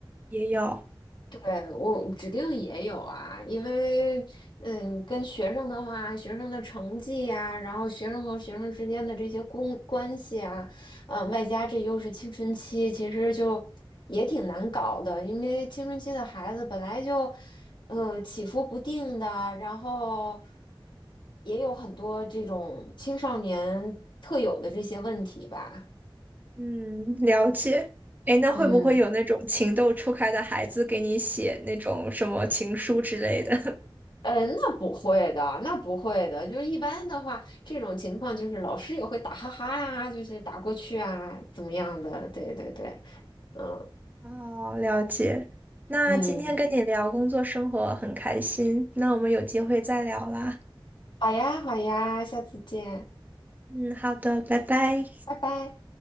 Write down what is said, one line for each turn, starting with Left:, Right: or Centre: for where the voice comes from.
Right: 也有？
Left: 对，我指定也有啊，因为嗯，跟学生的话，学生的成绩呀、然后学生和学生之间的这些公关系啊，嗯、外加这又是青春期，其实就也挺难搞的，因为青春期的孩子本来就呃起伏不定的，然后也有很多这种青少年特有的这些问题吧，
Right: 嗯，了解。哎，那会不会有那种情窦初开的孩子给你写那种什么情书之类的？
Left: 嗯。呃，那不会的，那不会的。就是一般的话，这种情况就是老师也会打哈哈呀、就是打过去啊，怎么样的？对对对，嗯
Right: <laughs> 哦，了解。那今天跟你聊工作生活很开心，
Left: 嗯，
Right: 那我们有机会再聊啦。
Left: 好呀好呀，下次见，
Right: 嗯，好的，拜拜。
Left: 拜拜。